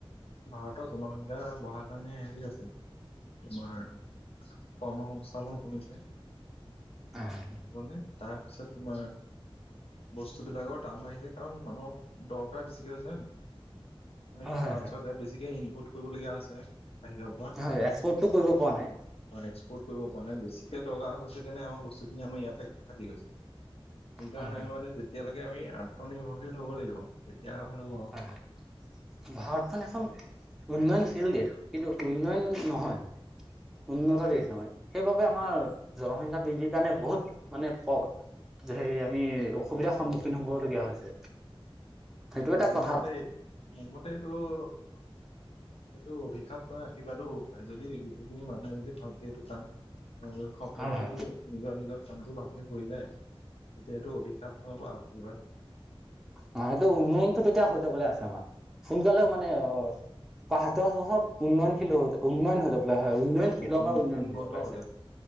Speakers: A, on the left; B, in the centre.
A: ভাৰতৰ জনসংখ্যা বঢ়াৰ সেইকাৰণে হেৰি আছে তোমাৰ কৰ্ম সংস্থাপন কমি ম
B: হয়
A: তাৰপিছত তোমাৰ বস্তু বিলাকৰ দাম বাঢ়িছে কাৰণ মানুহক দৰকাৰ বেছিকে হৈছে হয় নে নহয় এতিয়া
B: হয়
A: ভাত
B: হয়।
A: কে বেছিকে ইনপুট কৰিবলগীয়া হৈছে <unintelligible>
B: হয় এক্সপৰ্টটো কৰিব পৰা নাই।
A: পৰা পৰা নাই বেছিকে দৰকাৰ হৈছে কাৰণে আমাৰ বস্তুখিনি আমাৰ ইয়াতে কাটি গৈছে। সেইকাৰণে
B: হয় হয়
A: আমি মানে যেতিয়ালৈকে আমি আত্মনিৰ্ভৰশীল হব লাগিব। তেতিয়া ভাল হব।
B: হয় হয়। ভাৰতখন এখন উন্নয়নশীল দেশ কিন্তু উন্নয়ন নহয়। উন্নত দেশ নহয় সেইবাবে আমাৰ জনসংখ্যা বৃদ্ধিৰ কাৰণে বহুত মানে যে সেই আমি অসুবিধাৰ সন্মুখীন হবলগীয়া হৈছে। সেইটো এটা
A: মোৰমতে
B: কথা।
A: মোৰমতে এইটো এইটো অভিশাপ। আশীৰ্বাদো হ'ব পাৰে যদি গোটেইখিনি মানুহে যদি ভালকে সেইটো কাম আৰু সকলোৱে
B: হয় হয়।
A: যদি নিজৰ নিজৰ কামটো ভালকে কৰি যায় তেতিয়াতো অভিশাপ <unintelligible>
B: অ সেইটো উন্নয়নতটো তেতিয়া হৈ যাবলৈ আছে আমাৰ সোনকালে মানে অ পাঁচ দহ বছৰত উন্নয়নশীল হব লাগিব উন্নয়ন হব লাগিব। হয় উন্নয়ন পৰা
A: অ', উন
B: উন্নয়নশীল
A: উন্নত
B: হৈ যাব আছে